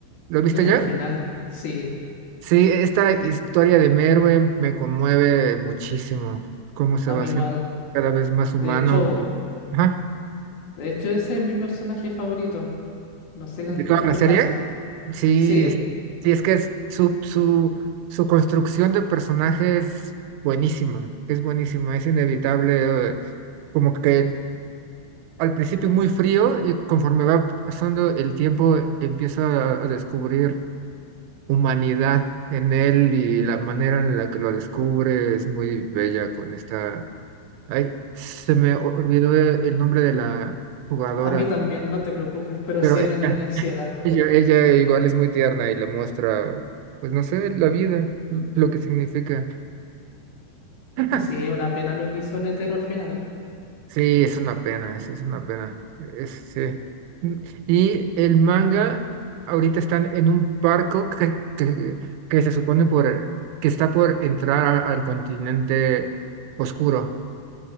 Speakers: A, on the right (about 85°); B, on the left (about 60°).
A: ¿Lo
B: <laughs>
A: viste
B: El
A: ya?
B: final, sí,
A: Sí, esta historia de Merwin me conmueve muchísimo. Cómo se
B: a
A: va
B: mí
A: haciendo
B: igual.
A: cada vez más
B: De
A: humano.
B: hecho.
A: y- Ajá.
B: De hecho, ese es mi personaje favorito. No sé en,
A: ¿De toda
B: en
A: la
B: tu
A: serie?
B: caso.
A: Sí,
B: Sí,
A: es- sí, es que es su, su, su construcción de personaje es buenísima, es buenísima, es inevitable, eh, como que al principio muy frío y conforme va pasando el tiempo empieza a, a descubrir humanidad en él y la manera en la que lo descubre es muy bella con esta... Ay, se me olvidó el nombre de la jugadora,
B: a mí también, no te preocupes, pero
A: pero
B: sí
A: ella,
B: es la niña ciega.
A: Ella, ella igual es muy tierna y le muestra, pues no sé, la vida, lo que significa. <laughs>
B: Eh, Sí, es una pena lo que hizo Netero al final.
A: Sí, es una pena, es, es una pena. Es, sí. Mm, Y el manga, ahorita están en un barco que, que, que se supone por, que está por entrar a- al continente oscuro.